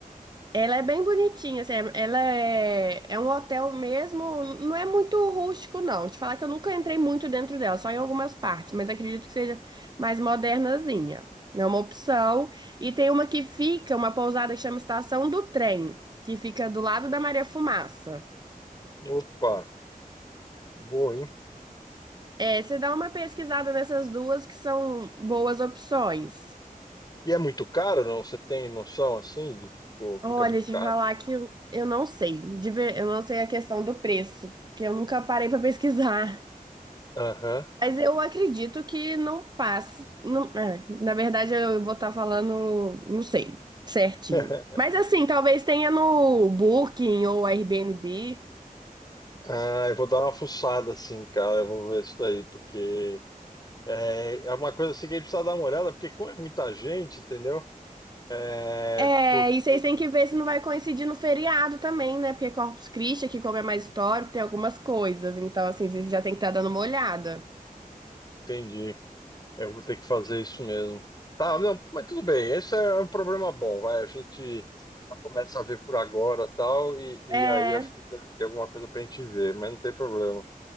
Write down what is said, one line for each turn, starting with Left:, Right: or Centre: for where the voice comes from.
Right: Ela é bem bonitinha, assim, é- ela é, é um hotel mesmo, não é muito rústico, não. Te falar que eu nunca entrei muito dentro dela, só em algumas partes, mas acredito que seja mais modernazinha. É uma opção. E tem uma que fica, uma pousada que chama Estação do Trem, que fica do lado da Maria Fumaça.
Left: Opa, boa, hein?
Right: É, você dá uma pesquisada nessas duas que são boas opções.
Left: E é muito caro, não? Você tem noção assim de tipo,
Right: Olha,
Left: fica muito
Right: te
Left: caro?
Right: falar que eu eu não sei, de ver- eu não sei a questão do preço, que eu nunca parei pra pesquisar.
Left: Aham.
Right: Mas eu acredito que não passe. Não, é, na verdade, eu vou estar falando, não sei, certinho.
Left: <laughs>
Right: Mas assim, talvez tenha no Booking ou Airbnb.
Left: Ah, eu vou dar uma fuçada assim, cara. Eu vou ver isso daí, porque é, é uma coisa assim que a gente precisa dar uma olhada, porque como é muita gente, entendeu? é
Right: É,
Left: Porque
Right: e vocês têm que ver se não vai coincidir no feriado também, né? Porque Corpus Christi, que como é mais histórico, tem algumas coisas. Então, assim, vocês já tem que estar dando uma olhada.
Left: entendi. Eu vou ter que fazer isso mesmo. Tá, não, mas tudo bem. Esse é um problema bom, vai. A gente já começa a ver por agora tal, e, e
Right: É,
Left: aí acho que deve ter alguma coisa pra gente ver, mas não tem problema.